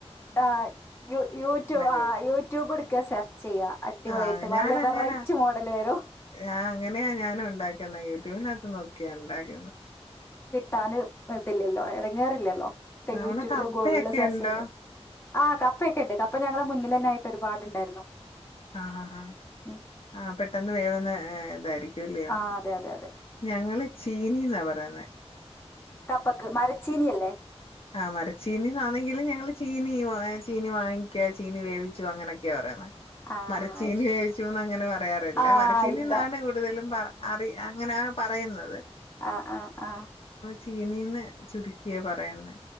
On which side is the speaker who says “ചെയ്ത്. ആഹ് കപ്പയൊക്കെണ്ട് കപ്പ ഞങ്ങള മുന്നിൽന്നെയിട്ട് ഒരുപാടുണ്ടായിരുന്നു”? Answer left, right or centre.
Left